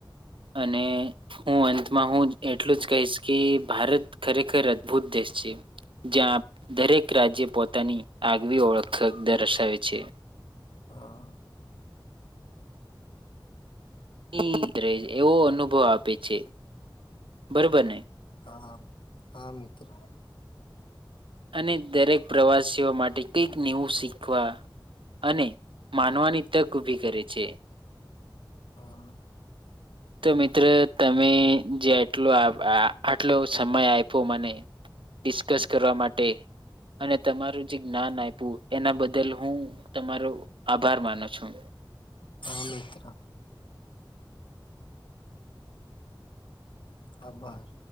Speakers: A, on the right; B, on the left.
A: અને હું અંતમાં હું એટલું જ કહીશ કે ભારત ખરેખર અદભુત દેશ છે. જ્યાં દરેક રાજ્ય પોતાની આગવી ઓળખ દર્શાવે છે.
B: હા.
A: <unintelligible> એવો અનુભવ આપે છે બરોબર ને
B: હા હા મિત્ર
A: અને દરેક પ્રવાસીઓ માટે કંઈક નેવું શીખવા અને માનવાની તક ઊભી કરે છે.
B: હા.
A: તો મિત્ર તમે જે આટલો આટલો સમય આપ્યો મને ડિસ્કસ કરવા માટે અને તમારું જે જ્ઞાન આયપુ એના બદલ હું તમારો આભાર માનો છું.
B: હા મિત્ર. આભાર.